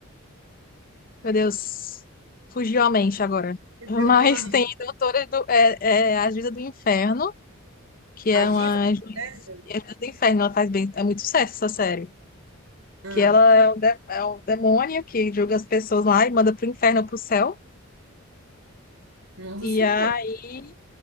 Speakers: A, on the left; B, on the right.
A: Meu Deus, fugiu a mente agora. <laughs>
B: Esse
A: Mas
B: é o nome.
A: tem Doutora do, é, é a Juíza do Inferno, que é
B: As
A: uma
B: divas do
A: juiz.
B: inferno?
A: e A Juíza do Inferno, ela faz bem. É muito sucesso essa série.
B: Ah,
A: Que ela é um, de- é um demônio que julga as pessoas lá e manda pro inferno ou pro céu.
B: nossa
A: E
B: senhora.
A: aí,